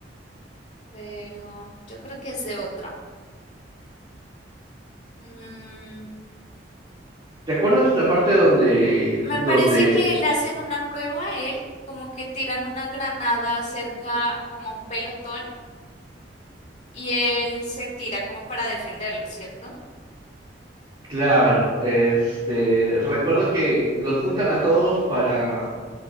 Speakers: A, on the left; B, on the right.
A: pero yo creo que es de otra. Mm,
B: ¿Te acuerdas la parte donde,
A: Me
B: donde,
A: parece que le hacen una prueba a él, como que tiran una granada cerca, como a un pelotón, y él se tira como para defenderlo, ¿cierto?
B: claro, este, recuerdo que los juntan a todos para,